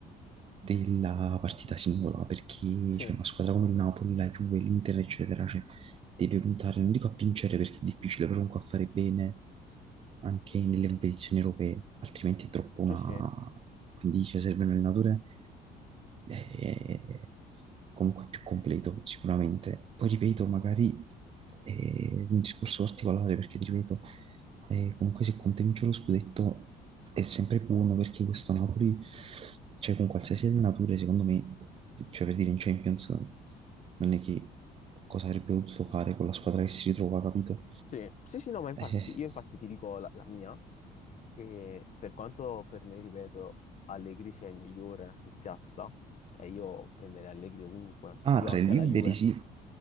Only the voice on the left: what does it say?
Sì,
Sì, sì,
sì, sì, sì, no, ma infatti,
io infatti ti dico la, la mia, che per quanto per me, ripeto, Allegri sia il migliore su piazza, e io prenderei Allegri ovunque,
io
anche
alla Juve,